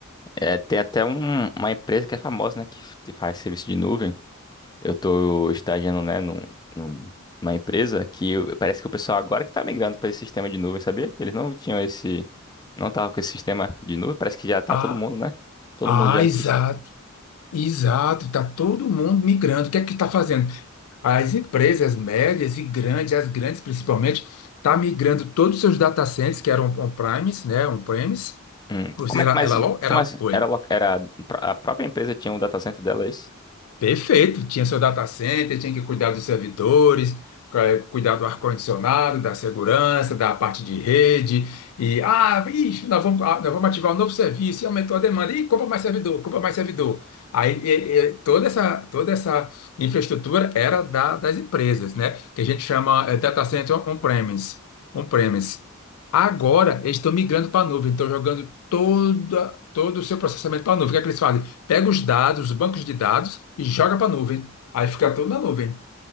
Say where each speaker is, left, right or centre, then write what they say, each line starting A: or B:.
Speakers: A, on the left; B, on the left.
A: É, tem até um- uma empresa que é famosa, né, que f- que faz serviço de nuvem. Eu tô estagiando, né, num, num- numa empresa que eu- parece que o pessoal agora que tá migrando para esse sistema de nuvem, sabia? Eles não tinham esse, não tava com esse sistema de nuvem. Parece que já tá
B: Ah,
A: todo mundo, né? Todo
B: ah,
A: mundo já no
B: exato,
A: sistema.
B: exato. Tá todo mundo migrando. O que é que está fazendo? As empresas médias e grandes, as grandes principalmente, tá migrando todos os seus data centers, que eram on-premise, né, on-premise,
A: Hum,
B: ou
A: como
B: seja,
A: é que
B: ela,
A: mais,
B: ela, lo- era,
A: como assim?
B: oi,
A: Era, lo- era, a própria empresa tinha um data center dela, é isso?
B: Perfeito. Tinha seu data center, tinha que cuidar dos servidores, eh, cuidar do ar-condicionado, da segurança, da parte de rede. E, ah, ixi, nós vamos, ah, nós vamos ativar um novo serviço e aumentou a demanda. Ih, compra mais servidor, compra mais servidor. Aí, e- e toda essa, toda essa infraestrutura era da- das empresas, né? Que a gente chama, eh, data center on-premise. On-premise. Agora, eles estão migrando para a nuvem, estão jogando toda, todo o seu processamento para a nuvem. O que é que eles fazem? pega os dados, os bancos de dados e joga para a nuvem. Aí fica tudo na nuvem.